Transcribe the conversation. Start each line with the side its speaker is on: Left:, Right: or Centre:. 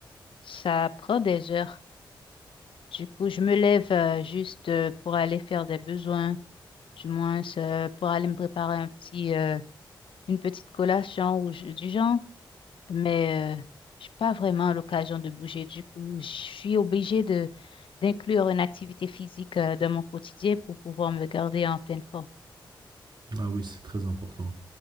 Left: ça prend des heures. Du coup, je me lève euh, juste euh, pour aller faire des besoins, du moins euh, pour aller me préparer un petit, euh, une petite collation ou je- du genre. Mais euh, j'ai pas vraiment l'occasion de bouger. Du coup, je suis obligée de d'inclure une activité physique euh, dans mon quotidien pour pouvoir me garder en pleine forme.
Right: Ah oui, c'est très important.